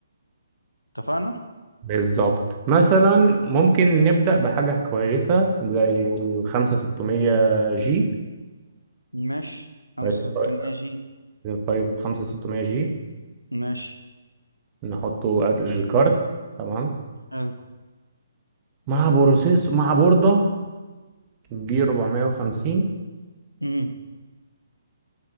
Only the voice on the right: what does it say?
بالظبط مثلا ممكن نبدأ بحاجة كويسة زي الخمسة ستمية جي
رايزن
فايف خمسة ستمية جي
نحطه قبل الكارت تمام
مع بروسيس مع بوردة جي 450